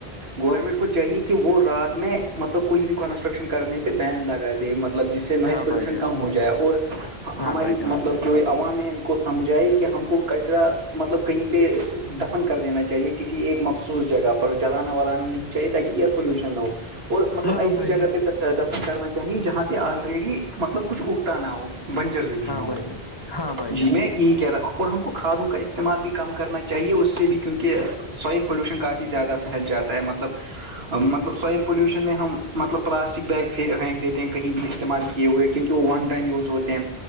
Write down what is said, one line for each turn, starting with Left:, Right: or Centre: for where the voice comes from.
Right: گورنمنٹ کو چاہیے کہ وہ رات میں مطلب کوئی بھی کنسٹرکشن کرنے پہ بین لگائے مطلب جس سے نوائز
Left: ہاں
Right: پولوشن
Left: بھائی جان
Right: کم ہو جائے اور
Left: ہاں
Right: ہماری
Left: بھائی جان
Right: مطلب جو عوام ہے ان کو سمجھائے کہ ہم کو کچرا مطلب کہیں پہ دفن کر دینا چاہیے کسی ایک مخصوص جگہ پر جلانا ولانا نہیں چاہیے تاکہ ایئر پولوشن نہ ہو اور مطلب
Left: ہاں
Right: ایسی
Left: بھائی
Right: جگہ
Left: جان
Right: پہ دفن کرنا چاہیے جہاں پہ آلریڈی مطلب کچھ اگھتا نہ ہو بنجر زمین
Left: ہاں
Right: ہو
Left: بھائی
Right: وہ
Left: جان ہاں بھائی
Right: جی
Left: جان
Right: میں یہ کہہ رہا ہوں اور ہم کو کھادوں کا استعمال بھی کم کرنا چاہیے اس سے بھی کیونکہ سوائل پولوشن کافی زیادہ پھیل جاتا ہے مطلب مطلب سوائل پوولوشن میں ہم مطلب پلاسٹک بیگ پھینک دیتے ہیں بھی استعمال کیے ہوئے کیونکہ وہ ون ٹائم یوز ہوتے ہیں